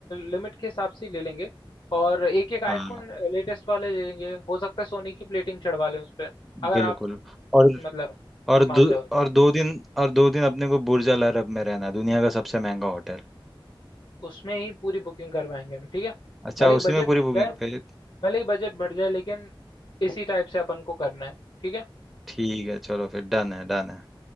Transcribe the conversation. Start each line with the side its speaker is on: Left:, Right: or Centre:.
Left: लिमिट के हिसाब से ही ले लेंगे और एक एक आईफोन
Centre: हाँ
Left: लेटेस्ट वाले ले लेंगे हो सकता है सोनी की प्लेटिंग चढ़वा लें उस पर अगर
Centre: बिल्कुल
Left: आप
Centre: और
Left: मतलब
Centre: और दो
Left: मान जाओ तो।
Centre: और दो दिन और दो दिन अपने को बुर्ज अल अरब में रहना है, दुनिया का सबसे महंगा होटल
Left: उसमें ही पूरी बुकिंग करवाएंगे हम ठीक है
Centre: अच्छा
Left: भले
Centre: उसी
Left: ही बजट
Centre: में पूरी
Left: बढ़
Centre: बुकिंग
Left: जाए
Centre: फिर
Left: भले ही बजट बढ़ जाए लेकिन इसी टाइप से अपन को करना है ठीक है
Centre: ठीक है चलो फिर डन है डन है